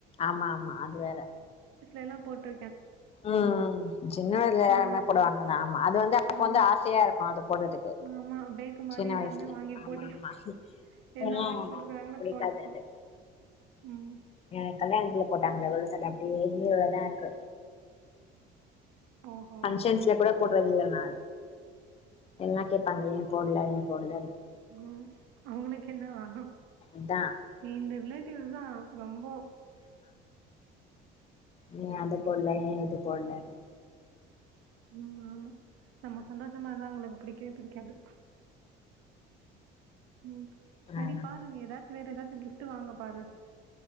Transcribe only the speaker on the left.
ஆமா ஆமா அது வேற
ஆஹ் சின்ன வயல எல்லாருமே
போடுவாங்க நான் அது வந்து அப்ப
வந்து ஆசையா இருக்கு அது போடுறதுக்கு
சின்ன
வயசுல
ஆமா
ஆமா இப்பல்லாம்
<inaudible> <inaudible> பிடிக்காது
அது
என் கல்யாணத்துல போட்டாங்கள கொ அப்டியே பீரோலதான் இருக்கு
ஃபங்ஷன்ல கூட போடுறது இல்ல நான எல்லாம் கேட்பாங்க ஏன் போடல ஏன் போடலனு
அதா
நீ அது பொடல என் இது போடலனு
ஆ